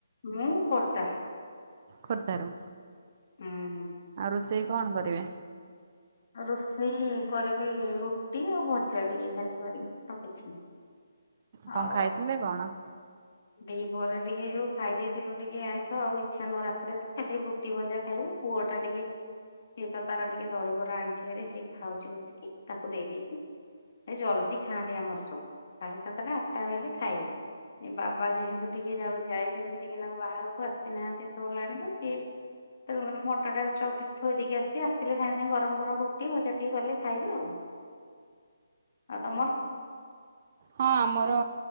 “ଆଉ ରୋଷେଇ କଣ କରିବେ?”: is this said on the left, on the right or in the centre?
Right